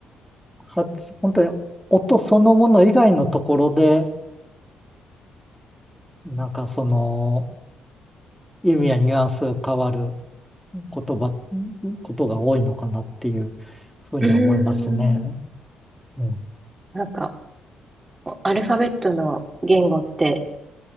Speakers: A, in the centre; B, on the right.
A: 発本当に音そのもの以外のところで、なんかその意味やニュアンスが変わる言葉、ことが多いのかなっていうふうに思いますね。
B: うーん。
A: うん。
B: なんか、アルファベットの言語って